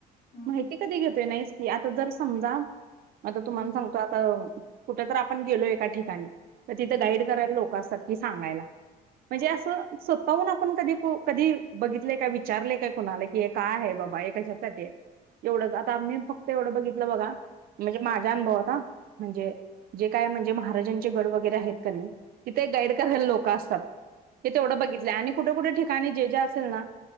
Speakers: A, on the left (about 45°); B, on the right (about 60°).
A: हम्म
B: माहिती कधी घेतोय नाहीस की आता जर समजा, आता तुम्हाला
A: हम्म
B: सांगतो, आता कुठ तर आपण गेलो एका ठिकाणी तर तिथे
A: ह
B: गाईड करायला लोक असतात. हे सांगायला म्हणजे
A: हो
B: असं
A: हम्म
B: स्वतःहून आपण कधी गु, कधी बघितलय काय? विचारले काय कुणाला कि, हे काय आहे बाबा? हे कशासाठी आहे? एवढंच आता मी फक्त एवढं बघितलं बघा म्हणजे माझा अनुभवात हा म्हणजे जे काय म्हणजे महाराजांचे गड वगैरे आहेत का नाही, तिथे गाईड करायला लोक असतात. ते तेवढं बघितलंय आणि कुठे कुठे ठिकाणी जे जे आसतं तीलना